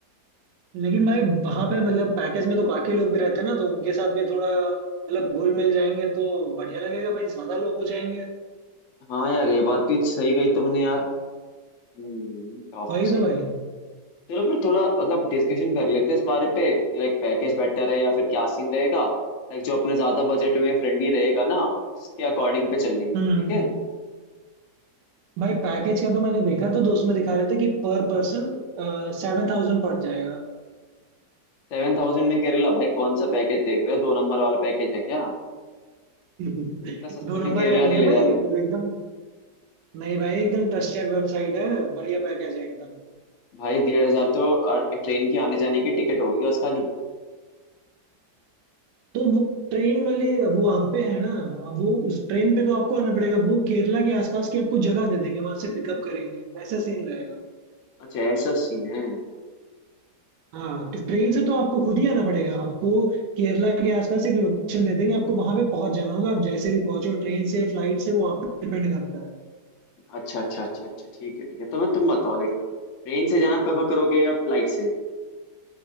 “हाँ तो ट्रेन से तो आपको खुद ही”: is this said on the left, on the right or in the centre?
Right